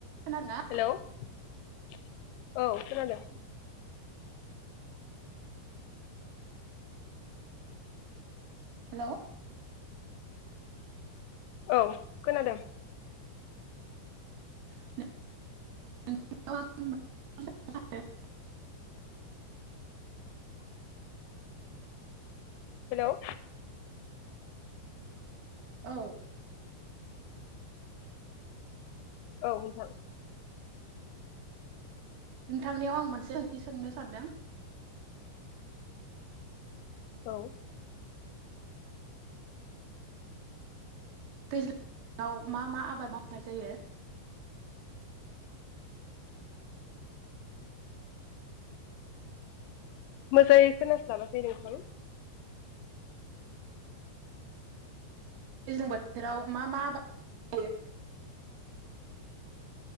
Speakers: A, on the right; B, on the left.
A: खोनादोंना
B: हेल'। औ। खोनादों।
A: हेल'।
B: औ खोनादों।
A: <inaudible>
B: हेल'।
A: औ।
B: औ नोंथां।
A: नोंथांनियाव आं मोनसे ओंथि सोंनो सानदों।
B: औ।
A: दैज्ला ङाव मा मा आबाद मावनाय जायो?
B: मोजाङै खोनास्लाबासै नोंथां।
A: दैज्लां बोथोराव मा मा आबाद <inaudible> जायो।